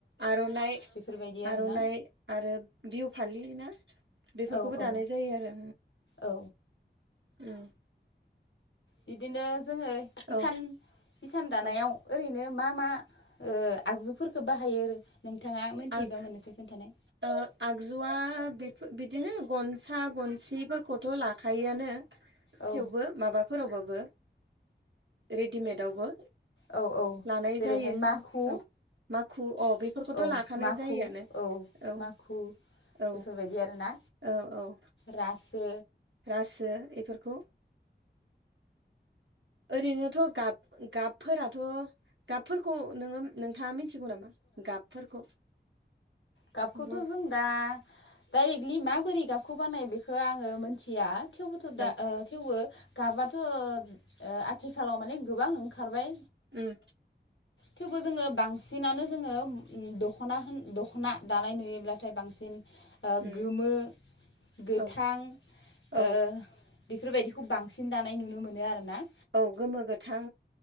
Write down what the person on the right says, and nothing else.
आर'नाइ
आर'नाइ आरो बिहु फालि ना बेफोरखौबो
दानाय जायो आरो।
उम
औ
औ
आग
ओ आगजुवा बे-बिदिनो गन सा गनसिफोरखौथ' लाखायोआनो
थेवबो माबा फोरावबाबो रेडिमेडावबो
लानाय
जायो
नों औ माखु‌ खु अ बेफोरखौथ'
लाखानाय
जायोआनो औ
औ
औ औ
रासो एफोरखौ ओरैनोथ' गाब गाबफोराथ' गाबफोरखौ नोङो नोंथाङा मिथ थिगौ नामा गाबफोरखौ
बर
औ
उम
उम
औ औ
औ गोमो गोथां